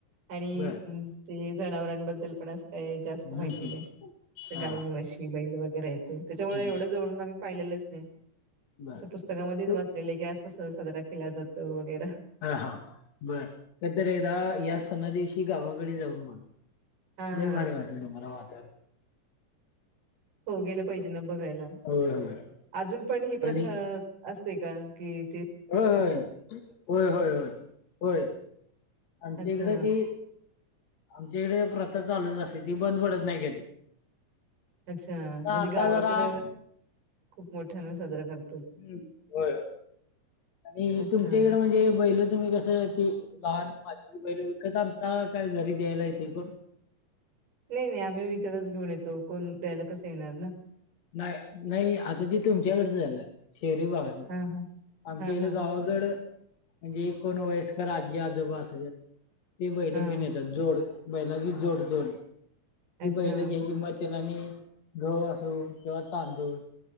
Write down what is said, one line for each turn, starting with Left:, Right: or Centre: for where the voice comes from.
Right: आणि
Left: बर
Right: ते जनावरांबद्दल पण अस काही जास्त
Left: हम्म
Right: माहिती
Left: हम्म
Right: नाही,
Left: हा
Right: गाय, म्हशी, बैल वगैरे त्याच्यामुळे
Left: हम्म
Right: एवढं जवळून आम्ही पाहिलेलंच नाही,
Left: बर
Right: असं पुस्तकामध्येच
Left: तू
Right: वाचलेलं की कस साजरा केला जातो वगैरा
Left: हा हा बरं कधी तर एकदा या सणा दिवशी गावाकडे जाऊन बघं.
Right: हा
Left: लय
Right: हा.
Left: भारी वाटेल तुम्हाला वाातावर.
Right: हो गेलं पाहिजे, न बघायला
Left: होय होय
Right: अजून पण ही प्रथा
Left: आणि
Right: अस असते का, की?
Left: होय होय होय होय. आमच्या
Right: अच्छा
Left: इकडे ती आमच्या इकडे प्रथा चालूच असते, ती बंद पडत नाही कधी.
Right: अच्छा! म्हणजे
Left: आता
Right: गावाकड
Left: जरा हम्म
Right: खूप मोठ्यान साजरा करतात.
Left: हम होय होय. आणि
Right: अच्छा.
Left: तुमच्या इकडे म्हणजे बैल तुम्ही कसं ती लहान मातीची बैल विकत आणता काय घरी दयायला येतय कोण?
Right: नाही नाही आम्ही विकतच घेऊन येतो कोण द्यायला कसं येणार ना.
Left: नाही नाही आता ते तुमच्याकडच झालं. शहरी भागातलं
Right: हां, हां.
Left: आमच्या
Right: हां,
Left: इकडे
Right: हां.
Left: गावाकडं म्हणजे एकोण वयस्कर आजी आजोबा अस ते बैलं
Right: हां.
Left: घेऊन येतात जोड. बैलाची जोड दोन मग ती
Right: अच्छा.
Left: बैलं घ्यायची मग त्यांनास्नी गहू असो किंवा तांदूळ